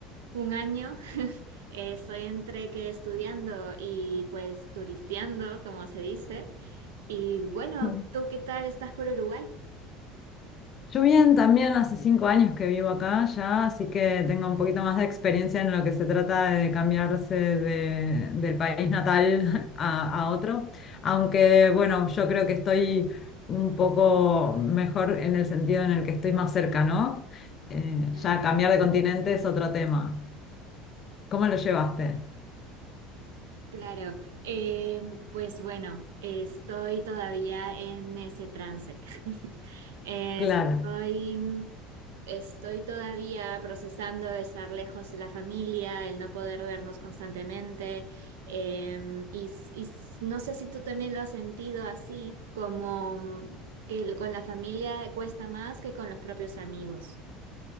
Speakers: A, on the right; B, on the left.
A: un año, <laughs> Eh, estoy entre que estudiando y pues turisteando, como se dice. Y bueno,
B: <laughs>
A: ¿tú qué tal estás por Uruguay?
B: Yo bien, también hace cinco años que vivo acá ya, así que tengo un poquito más de experiencia en lo que se trata de cambiarse de- del país natal <laughs> a, a otro. Aunque bueno, yo creo que estoy un poco mejor en el sentido en el que estoy más cerca, ¿no? Eh,
A: Claro.
B: ya cambiar de continente es otro tema. ¿Cómo lo llevaste?
A: Claro, eh, pues bueno, estoy todavía en ese trance. <laughs> Estoy,
B: Claro.
A: mm, estoy todavía procesando estar lejos de la familia, el no poder vernos constantemente, em, y, s- y s- no sé si tú también lo has sentido así, como mm, que el- con la familia cuesta más que con los propios amigos.